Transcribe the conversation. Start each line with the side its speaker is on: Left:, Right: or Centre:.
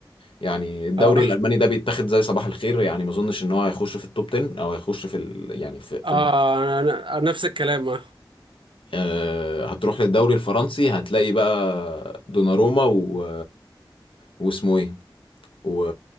Left: يعني الدوري
Right: اه
Left: الالماني ده بيتاخد زي صباح الخير يعني ما اظنش ان هو هيخش في التوب 10 او هيخش في ال... يعني في في
Right: اه انا أنا نفس الكلام اه
Left: آه، هتروح للدوري الفرنسي هتلاقي بقى دوناروما و واسمه ايه و...